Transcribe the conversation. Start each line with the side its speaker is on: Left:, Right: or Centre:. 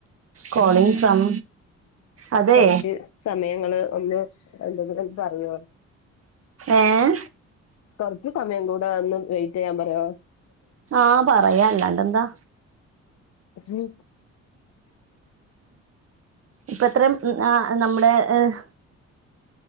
Right: കോളിങ് ഫ്രം അതെ
Left: കൊറച്ച് സമയങ്ങള് ഒന്ന് എന്തെങ്കിലും പറഞ്ഞോ
Right: ഏഹ്
Left: കൊറച്ചു സമയം കൂടെ ഒന്ന് വെയിറ്റ്യ്യാൻ പറ്യോ
Right: ആഹ് പറയാ അല്ലാണ്ട്ന്താ
Left: ഉം
Right: ഇപ്പത്രേം ഉം ആഹ് നമ്മടെ ഏഹ്